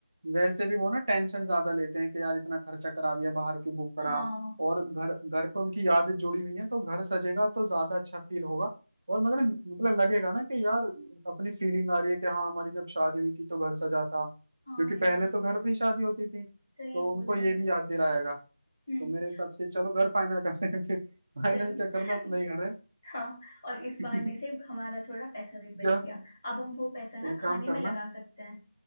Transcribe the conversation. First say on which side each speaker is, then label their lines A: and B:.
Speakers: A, on the right; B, on the left.
A: वैसे भी वो ना टेंशन ज्यादा लेते हैं कि यार इतना खर्चा करा दिया बाहर क्यों बुक करा
B: हाँ
A: और घर घर पे उनकी यादें जुड़ी हुई हैं तो घर सजेगा तो ज्यादा अच्छा फील होगा और मतलब
B: हम्म,
A: मतलब लगेगा ना कि यार अपनी फीलिंग आ रही है कि हाँ हमारी जब शादी हुई थी तो घर सजा था
B: हाँ
A: क्योंकि
B: यार
A: पहले तो घर पे ही शादी होती थी तो
B: सही बोल
A: उनको
B: रहे
A: ये
B: हो
A: भी याद दिलाएगा
B: हम्म
A: तो मेरे हिसाब से चलो घर फाइनल करते हैं फिर <laughs> फाइनल
B: चलो
A: क्या करना
B: <laughs>
A: अपना ही घर है
B: हाँ और इस
A: <laughs>
B: बहाने से हमारा थोड़ा पैसा भी बच
A: या
B: गया अब हम वो पैसा ना
A: एक
B: खाने
A: काम करना
B: में लगा सकते हैं